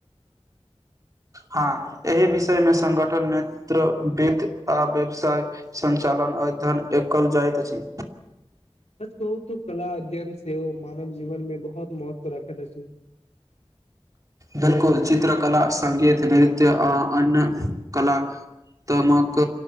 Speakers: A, on the right; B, on the left.
A: हँ एहि विषयमे सङ्गठन नेतृवितित आ व्यवसाय सञ्चालन अध्ययन कल जाइत अछि।
B: सच कहू तऽ कला अध्यन से ओ मानव जीवन में बहुत महत्व राखा जा छी।
A: बिलकुल चित्रकला सगीत नृत्य आ अन्य कलात्मक